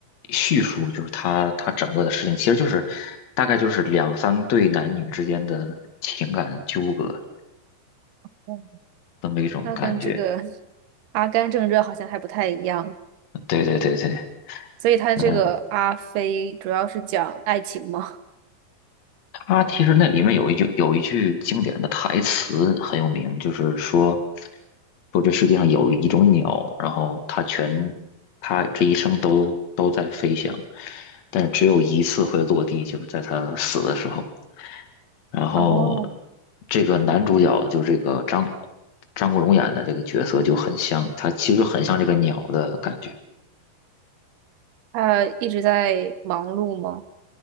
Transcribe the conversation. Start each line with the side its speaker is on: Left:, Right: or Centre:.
Left: 叙述，就是他他整个的事情，其实就是大概就是两三对男女之间的情感纠葛
Right: 嗯，
Left: 这么一种感觉。
Right: 那跟这个《阿甘正传》好像还不太一样。
Left: 对对对对，
Right: 所以他这个阿飞主要是讲爱情吗？
Left: 嗯、他其实那里面有一句有一句经典的台词很有名，就是说说这世界上有一种鸟，然后它全它这一生都都在飞翔，但是只有一次会落地，就是在它死的时候。然后
Right: 哦，
Left: 这个男主角就这个张张国荣演的这个角色就很像，他其实很像这个鸟的感觉。
Right: 他一直在忙碌吗？